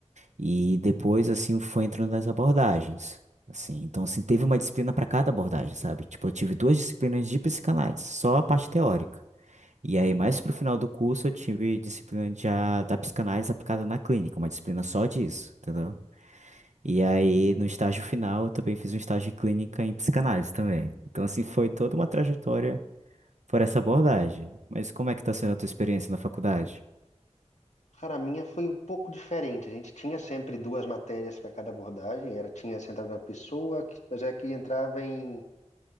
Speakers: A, on the right (about 75°); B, on the left (about 75°).
A: E depois, assim, foi entrando nas abordagens, assim. Então, assim, teve uma disciplina para cada abordagem, sabe? Tipo, eu tive duas disciplinas de psicanálise, só a parte teórica. E aí, mais pro final do curso, eu tive disciplina de, a- da psicanálise aplicada na clínica, uma disciplina só disso, entendeu? E aí, no estágio final, eu também fiz um estágio de clínica em psicanálise também. Então, assim, foi toda uma trajetória por essa abordagem. Mas como é que tá sendo a tua experiência na faculdade?
B: Cara, a minha foi um pouco diferente. A gente tinha sempre duas matérias para cada abordagem. Era, tinha centrado na pessoa, que- mas era que entrava em...